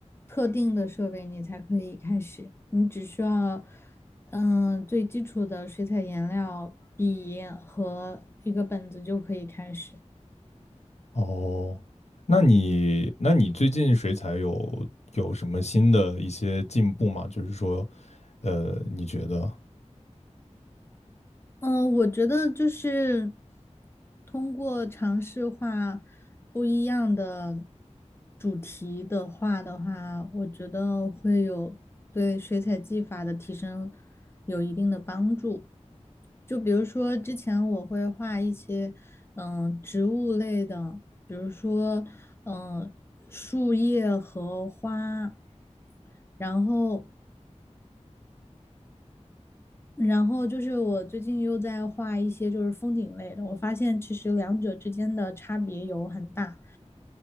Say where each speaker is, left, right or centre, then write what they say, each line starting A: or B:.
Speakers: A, on the left; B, on the left.
A: 特定的设备，你才可以开始。你只需要，嗯，最基础的水彩颜料、笔和一个本子就可以开始。
B: 哦，那你那你最近水彩有有什么新的一些进步吗？就是说，呃，你觉得？
A: 嗯，我觉得就是通过尝试画不一样的主题的画的话，我觉得会有对水彩技法的提升有一定的帮助。就比如说之前我会画一些嗯植物类的，比如说嗯树叶和花，然后然后就是我最近又在画一些就是风景类的，我发现其实两者之间的差别有很大，